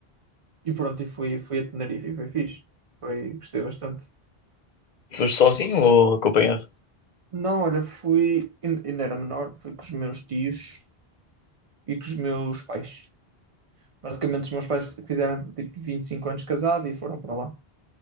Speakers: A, on the right; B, on the left.
A: e pronto, e fui, fui a Tenerife e foi fixe, foi, gostei bastante.
B: foste sozinho ou acompanhado?
A: Não, olha, fui, ainda ainda era menor, fui com os meus tios e com os meus pais. Basicamente, os meus pais fizeram tipo 25 anos casados e foram para lá.